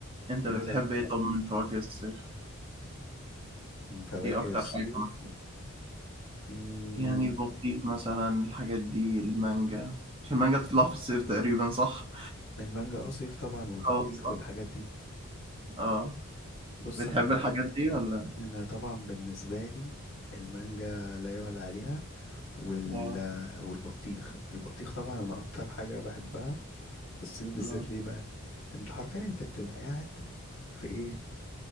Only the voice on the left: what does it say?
يعني
احلى بكتير
من فواكه
الصيف
مم،
المانجا اه صيف طبعا والبطيخ
والحاجات دي
بص
انا بن...
انا طبعا بالنسبة لي المانجا لا يعلى عليها وال...
والبطيخ البطيخ طبعا انا اكتر حاجه بحبها في الصيف بالذات
ليه بقى انت حرفيا انت بتبقى قاعد في ايه